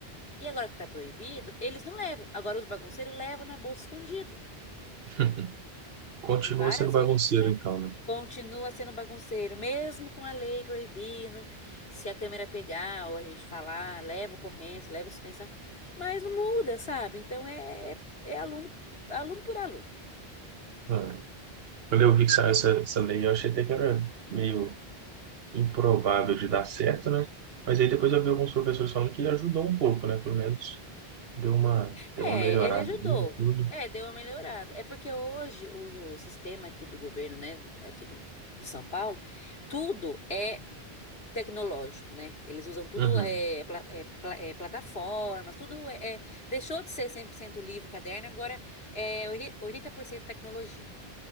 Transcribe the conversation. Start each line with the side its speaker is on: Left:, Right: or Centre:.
Left: E agora que tá proibido, eles não levam. Agora os bagunceiros levam na bolsa escondido.
Right: <laughs> Continua
Left: E várias
Right: sendo bagunceiro,
Left: vezes já
Right: então, né?
Left: continua sendo bagunceiro, mesmo com a lei proibindo, se a câmera pegar ou a gente falar, leva ocorrência, leva suspensão, mas não muda, sabe? Então é, é, é aluno, aluno por aluno.
Right: É. Quando eu vi que saiu essa, essa lei, eu achei até que era meio improvável de dar certo, né? Mas aí depois eu vi alguns professores falando que ajudou um pouco, né? Pelo menos Deu uma, deu
Left: É,
Right: uma melhorada
Left: ele ajudou.
Right: ali em tudo.
Left: É, deu uma melhorada. É porque hoje o, o sistema aqui do governo, né, aqui do, de São Paulo, tudo é tecnológico, né? Eles usam tudo,
Right: Uhum,
Left: é, pla- é, pla- é, plataformas, tudo é, é- deixou de ser 100% livre, caderno, agora é oitenta oitenta por cento tecnologia.